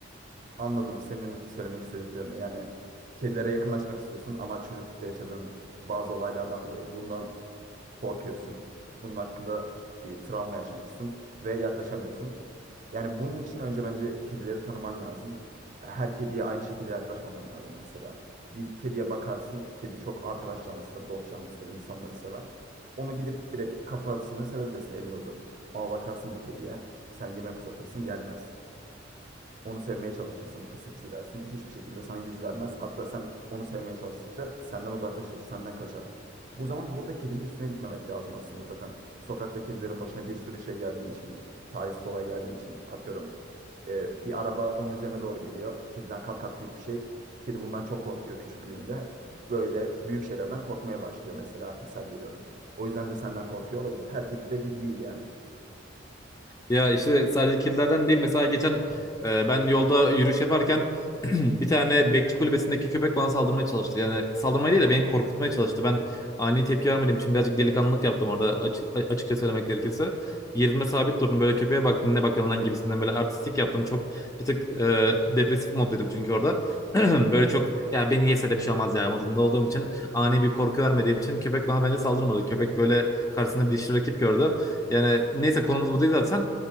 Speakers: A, on the right (about 45°); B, on the left (about 15°).
A: Anladım senin söylemek istediklerini. Yani kedilere yakınlaşmak istiyorsun ama çocuklukta yaşadığın bazı olaylardan dolayı bundan korkuyorsun. Bunun hakkında bir travma yaşamışsın ve yaklaşamıyorsun. Yani bunun için önce bence kedileri tanıman lazım. Her kediye aynı şekilde yaklaşmaman lazım mesela. Bir kediye bakarsın, kedi çok arkadaş canlısıdır, dost canlısıdır, insanları sever. Onu gidip direkt kafasını sevebilirsin elini uzatıp. Ama bakarsın bir kediye, sen yemek uzatırsın gelmez onu sevmeye çalışırsın. Pisi pisi dersin. Hiçbir şekilde sana yüz vermez. Hatta sen onu sevmeye çalıştıkça senden uzaklaşır, senden kaçar. Bu zaman burada kedinin üstüne gitmemek lazım aslında zaten. Sokakta kedilerin başına bir sürü şey geldiği için, talihsiz olay geldiği için atıyorum. e, bir araba onun üzerine doğru geliyor. Kediden kat kat büyük bir şey. Kedi bundan çok korkuyor küçüklüğünde. Böyle büyük şeylerden korkmaya başlıyor mesela misal veriyorum. O yüzden de senden korkuyor olabilir. Her kedi de bir değil yani.
B: Ya işte sadece kirlilerden değil. Mesela geçen e, ben yolda yürüyüş yaparken <clears throat> bir tane bekçi kulübesindeki köpek bana saldırmaya çalıştı. Yani saldırmaya değil de beni korkutmaya çalıştı. Ben ani tepki vermediğim için birazcık delikanlılık yaptım orada açık, açıkça söylemek gerekirse. Yerine sabit durdum böyle köpeğe baktım ne bakıyorsun lan gibisinden böyle artistik yaptım. Çok bir tık e, depresif moddaydım çünkü orada. <clears throat> Böyle çok ya beni yese de bir şey olmaz ya modunda olduğum için ani bir korku vermediğim için köpek bana bence saldırmadı. Köpek böyle karşısında bir dişli rakip gördü. Yani neyse konumuz bu değil zaten.